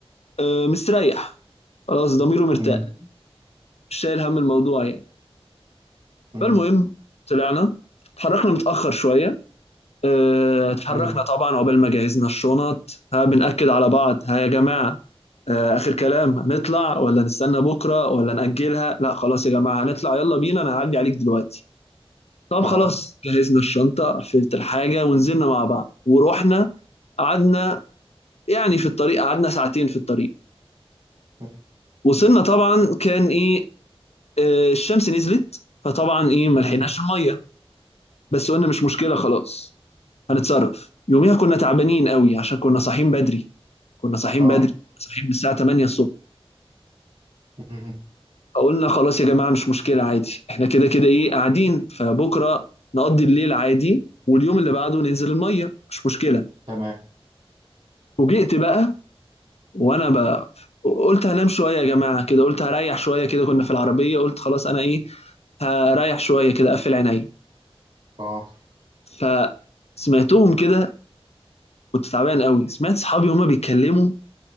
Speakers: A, on the left; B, on the right.
A: آه مستريح خلاص ضميره مرتاح
B: امم
A: مش شايل هم الموضوع يعني
B: امم
A: فالمهم طلعنا اتحركنا متاخر شويه آه، اتحركنا
B: أمم.
A: طبعا عقبال ما جهزنا الشنط ها بنأكد على بعض ها يا جماعه آه، اخر كلام هنطلع ولا نستنى بكره ولا نأجلها لا خلاص يا جماعه هنطلع يلا بينا انا هعدي عليك دلوقتي طب
B: اه
A: خلاص جهزنا الشنطة قفلت الحاجة ونزلنا مع بعض ورحنا قعدنا يعني في الطريق قعدنا ساعتين في الطريق
B: أمم.
A: وصلنا طبعا كان ايه آه، الشمس نزلت فطبعا ايه ما لحقناش
B: أمم.
A: المية بس قلنا مش مشكلة خلاص هنتصرف يوميها كنا تعبانين قوي عشان كنا صاحيين بدري كنا صاحيين
B: اه
A: بدري صاحيين من الساعة 8 الصبح
B: أمم.
A: فقلنا خلاص يا جماعة مش مشكلة عادي احنا كده كده ايه قاعدين فبكرة نقضي الليل عادي واليوم اللي بعده ننزل المية مش مشكلة
B: تمام
A: فوجئت بقى وانا بقى قلت هنام شويه يا جماعه كده قلت هريح شويه كده كنا في العربيه قلت خلاص انا ايه هريح شويه كده اقفل عيني
B: اه
A: فسمعتهم كده كنت تعبان قوي سمعت صحابي هما بيتكلموا